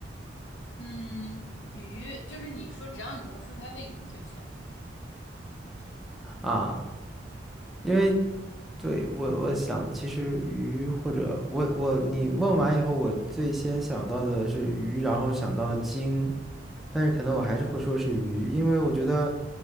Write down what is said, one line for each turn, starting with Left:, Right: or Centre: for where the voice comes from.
Left: 嗯，鱼，就是你说只要你能说出来为什么就行。
Centre: 啊，因为对我我想，其实鱼或者我我你问完以后，我最先想到的是鱼，然后想到了鲸。但是可能我还是会说是鱼，因为我觉得，